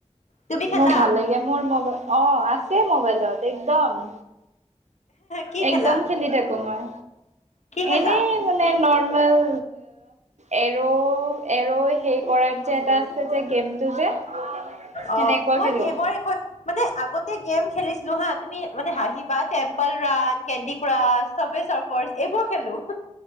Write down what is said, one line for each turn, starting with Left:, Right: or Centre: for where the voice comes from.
Left: তুমি খেলা
Right: মোৰ ভাল লাগে মোৰ মোবাইল অ আছে মোবাইলত একদম।
Left: কি
Right: একদম
Left: খেলা
Right: খেলি থাকো মই
Left: কি খেলা
Right: এনেই মানে নৰ্মেল এৰ এৰ সেই কৰা। যে এটা আছে যে গেমটো যে সেনেকুৱা
Left: অ
Right: খেলো।
Left: <inaudible> মানে আগতে গেম খেলিছিলো হা তুমি মানে হাঁহি বা। Temple Run, Candy Crush, Subway চফাৰ এইবোৰ খেলো।